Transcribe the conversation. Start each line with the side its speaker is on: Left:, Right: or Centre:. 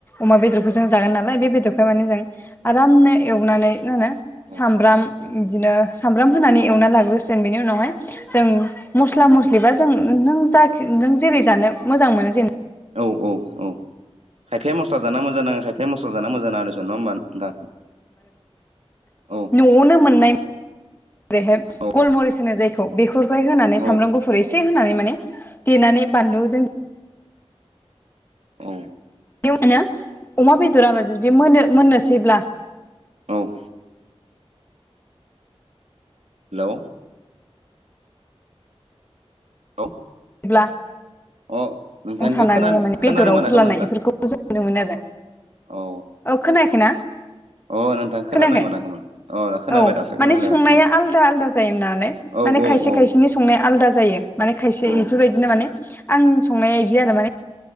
Left: अमा
Right: औ
Left: बेदरखौ जों जागोन नालाय बे बेदरखौ माने जों आरामनो एवनानै मा होनो
Right: औ
Left: सामब्राम इदिनो सामब्राम होनानै एवना लाग्रोसिगोन बेनि उनावहाय जों मस्ला मस्लि बा जों नों जा नों जेरै जानो मोजां मोनो जेने
Right: औ औ औ खायफाया मस्ला जाना मोजां नाङो खायफाया मस्ला जानो मोजां नाङा होननांसिगोन नङा होमबा नोंथां औ
Left: न'वावनो मोननाय बेहाय
Right: औ
Left: गलमरिस होनोजे बेफोरखौहाय होनानै
Right: औ
Left: सामब्राम गुफुर एसे होनानै माने देनानै बानलुजों
Right: औ
Left: मोनो अमा बेदराबो जुदि मोनो मोननोसैब्ला
Right: औ हेलौ औ
Left: बिदिब्ला
Right: अ नोंथांनिखौ
Left: मुसानानै
Right: खोनानो
Left: माने
Right: खोनानो
Left: बेदराव
Right: मोनाखैमोन
Left: होरलानाय
Right: नोंथां
Left: बेफोरखौ जों नुनो मोनो आरो
Right: औ
Left: औ खोनायाखैना
Right: अ नोंथां खोनानो
Left: खोनायाखै
Right: मोनाखैमोन अ खोनाबाय
Left: औ
Right: दासो
Left: माने
Right: खोनालायबाय
Left: संनाया
Right: औ
Left: आलदा आलदा जायोनालाय
Right: औ
Left: माने
Right: औ
Left: खायसे
Right: औ
Left: खायसेनि संनाया आलादा जायो माने खायसे
Right: औ
Left: इफोरबायदिनो माने आंनि संनाया इदि आरो माने